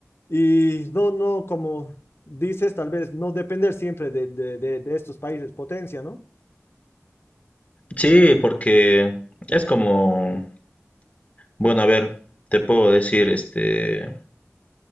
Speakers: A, on the left; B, on the left.
A: Y no, no, como dices, tal vez no depender siempre de, de, de, de estos países potencia, ¿no?
B: Sí, porque es como... Bueno, a ver, te puedo decir, este,